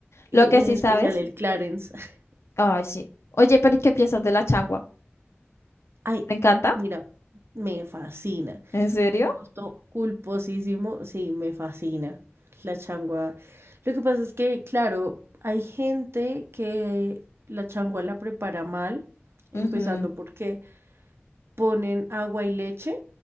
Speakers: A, on the right; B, on the left.
A: E-
B: Lo que sí
A: En especial
B: sabes.
A: el Clarence. <laughs>
B: Ay, sí. Oye, pero ¿y qué piensas de la changua?
A: Ay,
B: ¿Te encanta?
A: mira, me fascina.
B: ¿En serio?
A: Gusto culposísimo, sí, me fascina. La changua. Lo que pasa es que, claro, hay gente que la changua la prepara mal, empezando
B: Ujú.
A: porque ponen agua y leche.